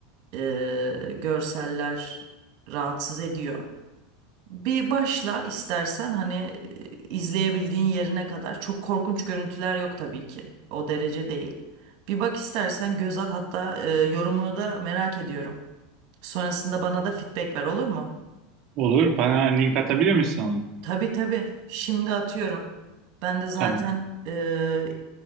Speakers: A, on the right; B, on the right.
A: e, görseller rahatsız ediyor. Bir başla istersen hani e, izleyebildiğin yerine kadar. Çok korkunç görüntüler yok tabii ki. O derece değil. Bir bak istersen göz at hatta e, yorumunu da merak ediyorum. Sonrasında bana da feedback ver olur mu?
B: Olur. Bana link atabilir misin onu?
A: Tabii tabii. Şimdi atıyorum. Ben de zaten
B: Tamam.
A: eee,